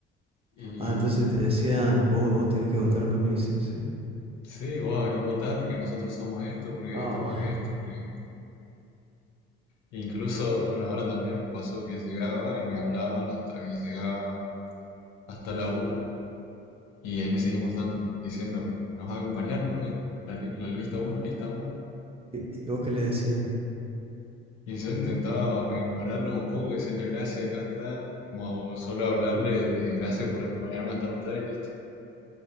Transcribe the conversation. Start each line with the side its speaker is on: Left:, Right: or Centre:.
Left: Y
Right: Ah, entonces te decían, vos, vos tenés que votarme a mí, sí o sí.
Left: sí, vos a quién votás, porque nosotros somos esto, porque
Right: Ah,
Left: esto, porque esto, porque esto. Incluso, bueno, ahora también me pasó que llegaba y me hablaban hasta que llegaba hasta la urna. Y ahí me seguían dan- diciendo, nos va a acompañar, ¿no? La, li- la lista uno lista uno
Right: <laughs> ¿Y y vos qué le decías?
Left: Y yo intentaba ignorarlo un poco, decirle gracias, acá está. Como solo hablarle de que gracias por acompañarme hasta votar y listo.